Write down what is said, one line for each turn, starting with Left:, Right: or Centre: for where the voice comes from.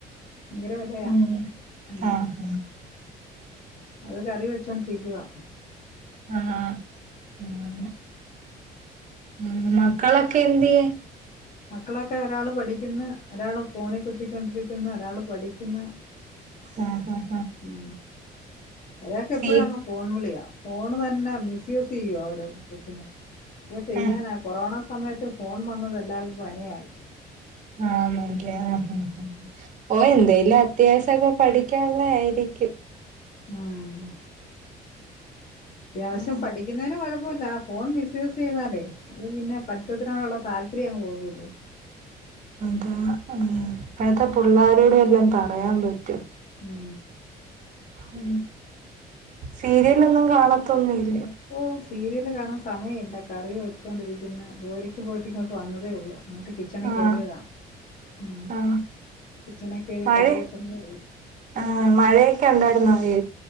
Left: ഭയങ്കര വെലെയ
Right: ഉം
Left: ഉം
Right: ആഹ് ആഹ്
Left: അത് കറി വെച്ചോണ്ടിരിക്കുവാ
Right: ആ ഉം ഉം മക്കളൊക്കെ എന്തിയെ
Left: മക്കളൊക്കെ ഒരാള് പഠിക്കുന്ന് ഒരാള് ഫോണിൽ കുത്തിക്കോണ്ടിരിക്കുന്ന് ഒരാള് പഠിക്കുന്ന്
Right: ആ ഹാ
Left: ഉം ഒരാക്ക് എപ്പഴും
Right: സീ
Left: അങ്ങ് ഫോൺ വിളിയാ ഫോണ് തന്നെ മിസ് യൂസ് ചെയ്യുവ ഓരോ കൊച്ചുങ്ങള് <unintelligible> ചെയ്യാനാ
Right: ആഹ്
Left: കൊറോണ സമയത്ത് ഫോൺ വന്നത് എല്ലാർക്കും പണിയായി
Right: ആന്ന് എനിക്ക് ആഹ് ഓ എന്തേലും ആ <unintelligible> ഒക്ക പഠിക്കാ ഒള്ള ആയിരിക്കും
Left: ഉം അത്യാവിശ്യം
Right: ആഹ്
Left: പഠിക്കുന്നതിന് കൊഴ അല്ല ഫോൺ മിസ് യൂസ് ചെയ്താലേ അത് പിന്നെ പഠിത്തത്തിനോടുള്ള താൽ <unintelligible>
Right: ത പ്പഴത്തെ പുള്ളാര് എല്ലാം പറയാൻ പറ്റും
Left: ഉം
Right: ഉ സീരിയലൊന്നും കാണത്തൊന്നില്ല
Left: ഓ സീരിയല് കാണാൻ സമയമില്ല കറി വെച്ചുകൊണ്ടിരിക്കുന്ന ജോലിക്ക് പോയിട്ട് ഇങ്ങോട്ട് വന്നതേ ഉള്ളൂ എന്നിട്ട് കിച്ചണി
Right: ആഹ
Left: കയറിയതാ ഉം
Right: ആ
Left: കിച്ചണി കയറി
Right: മഴയൊ
Left: കറി വെക്കുന്നതേ ഉള്ളൂ
Right: ആ മഴയൊക്കെ ഉണ്ടായിുന്നോ വെ